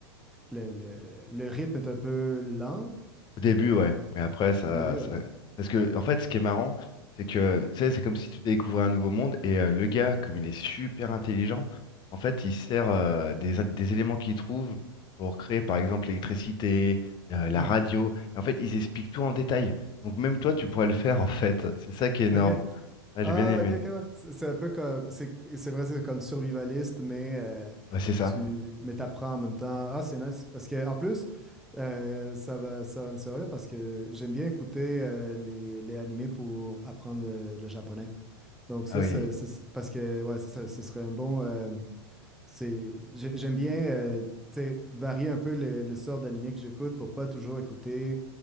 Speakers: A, in the centre; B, on the left (about 35°).
A: le, le, le rythme est un peu lent
B: Au début, ouais, mais après, ça,
A: au début,
B: ça...
A: ouais.
B: Parce que, en fait, ce qui est marrant, c'est que, tu sais, c'est comme si tu découvrais un nouveau monde, et euh, le gars, comme il est super intelligent, en fait, il sert euh, des, des éléments qu'il trouve pour créer, par exemple, l'électricité, euh, la
A: Hmm.
B: radio, et en fait, ils expliquent tout en détail. Donc, même toi, tu pourrais le faire, <laughs> en fait. C'est ça qui est énorme.
A: OK.
B: Ah,
A: Ah,
B: j'ai bien aimé.
A: ok, ok, ouais. C'est c'est un peu comme. C'est c'est vrai, c'est comme survivaliste, mais euh,
B: Ouais, c'est ça.
A: tu mais t'apprends en même temps. Ah, c'est nice. Parce que en plus, euh, ça va, ça va me servir parce que j'aime bien écouter euh, les, les animés pour apprendre le, le japonais. Donc,
B: Ah
A: ça,
B: oui.
A: c'est
B: oui, oui.
A: c'est- parce que, ouais, c'est ça, ce serait un bon. euh, c'est, j'ai- j'aime bien, euh, tu sais, varier un peu le, le sort d'animé que j'écoute pour pas toujours écouter,